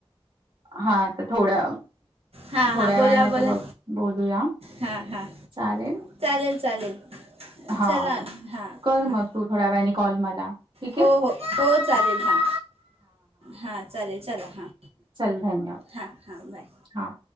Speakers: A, on the right; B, on the right.
A: हा आता थोड्या
B: हां
A: थोड्या
B: हां
A: वेळाने
B: बोला
A: आता
B: बोला
A: बघ बोलूया
B: हां हां
A: चालेल
B: चालेल चालेल.
A: हा,
B: चला हां
A: कर
B: हां
A: मग तू थोड्या वेळाने कॉल मला. ठीक
B: हो
A: आहे.
B: हो हो, चालेल हां हां, चालेल ला हां.
A: चल धन्यवाद
B: हा हा, बाय.
A: हां.